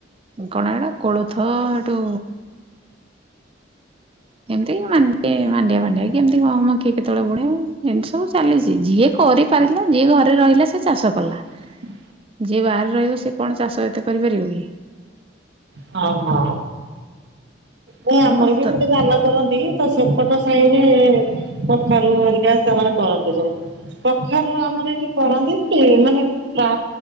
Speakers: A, on the right; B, on the right.
A: କଣ ଏଇଟା କୋଳଥ ଏଟୁ ଉଁ ଏମିତି ମାଣ୍ଡି ମାଣ୍ଡିଆ ଫାଣ୍ଡିଆ କି ଏମିତି ଗହମ କି? କେତେବେଳେ ପୁଣି ଏମିତି ସବୁ ଚାଲିଚି ଯିଏ କରିପାରିଲା ଯିଏ ଘରେ ରହିଲା ସେ ଚାଷ କଲା।
B: ହୁଁ।
A: ଯିଏ ବାହାରେ ରହିବ, ସିଏ କଣ ଚାଷ ଏତେ କରିପାରିବ କି?
B: ହଁ ହଁ ନାଇଁ ଆମର
A: ଆଉ
B: ବି
A: ତ
B: ଏପଟେ ଧାନ କରନ୍ତି ତ ସେ ସେପଟ ସାହିରେ କଖାରୁ ହେରିକା ସେମାନେ କରନ୍ତି ସବୁ। କଖାରୁ ଆମର ଏଠି କରନ୍ତି ଯେ ମାନେ ଫା